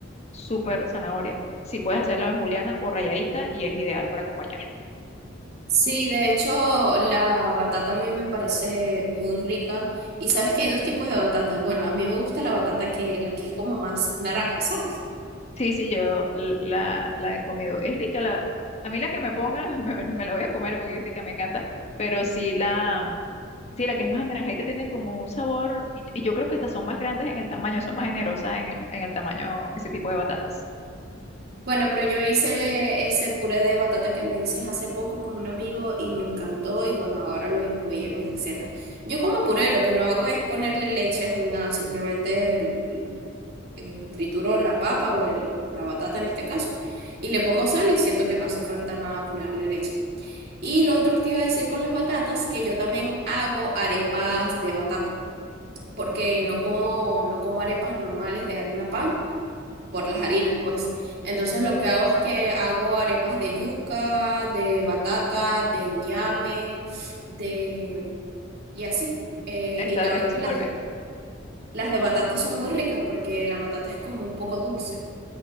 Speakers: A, on the left (about 35°); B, on the right (about 55°).
A: súper zanahoria. Si puedes hacerla en juliana o rayadita y es ideal para acompañar.
B: sí, de hecho la batata a mí me parece muy rica y sabes que hay dos tipos de batata. Bueno, a mí me gusta la batata que la que es como más naranja, ¿sabes?
A: Sí, sí, yo la, la he comido. Es rica, la, a mí la que me ponga <laughs> me, me la voy a comer porque es rica, me encanta, pero sí la, sí, la que es más anaranjadita tiene como un sabor, y, y yo creo que estas son más grandes en el tamaño, son más generosas en el, en el tamaño, ese tipo de batatas.
B: Bueno, pero yo hice ese puré de batata que me dices hace poco con un amigo y me encantó y bueno, ahora lo incluí en mi receta. Yo como puré, lo que no hago es ponerle leches ni nada, simplemente el- el- eh, trituro la papa o, el, o la batata en este caso y le pongo sal y siento que no hace falta nada ponerle leche. Y lo otro que te iba a decir con las batatas, que yo también hago arepas de batata, porque no como, no como arepas normales de harina pan por las harinas, pues. Entonces lo que hago es que hago arepas de yuca, de batata, de ñame, de... y así. Eh,
A: Está,
B: y la
A: está
B: verdad
A: súper
B: que las,
A: bien.
B: las de batata son muy ricas porque la batata es como un poco dulce.